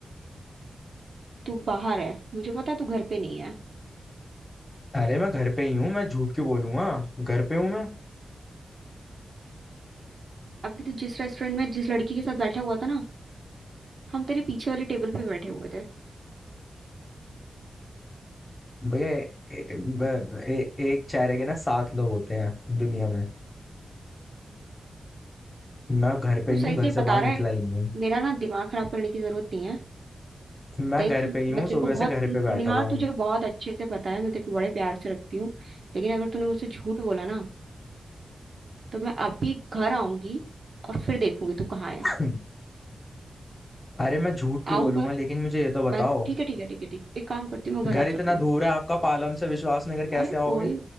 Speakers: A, on the right; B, on the left.
A: तू बाहर है मुझे पता है तू घर पे नहीं है
B: अरे मैं घर पे ही हूँ मैं झूठ क्यों बोलूंगा घर पे हूँ मैं
A: अभी तू जिस रेस्टोरेंट में जिस लड़की के साथ बैठा हुआ था ना हम तेरे पीछे वाली टेबल पे बैठे हुए थे
B: भैया ए- ब- ए- एक चेहरे के ना सात लोग होते हैं दुनिया में मैं घर पे
A: तू
B: ही
A: सही
B: हूँ घर
A: से
B: से
A: बता
B: बाहर निकला
A: रहा है
B: ही नहीं हूँ
A: मेरा ना दिमाग खराब करने की जरूरत नहीं है
B: मैं
A: देख
B: घर
A: मैं
B: पे ही हूँ
A: तेरे
B: सुबह
A: को बहुत
B: से घर पे बैठा
A: निहार
B: हुआ हूँ
A: तुझे बहुत अच्छे से पता है मैं तेरे को बड़े प्यार से रखती हूँ लेकिन अगर तूने मुझसे झूठ बोला ना तो मैं अभी घर आऊंगी और फिर देखूंगी तू कहाँ है
B: <clears throat> अरे मैं झूठ क्यों
A: आऊं
B: बोलूंगा
A: घर
B: लेकिन मुझे ये तो बताओ
A: मैं ठीक है ठीक है ठीक है ठीक एक काम करती हूँ मैं
B: घर
A: घर आ
B: इतना
A: जाती हूँ
B: दूर है आपका पालम से विश्वासनगर कैसे
A: अरे
B: आओगे
A: कोई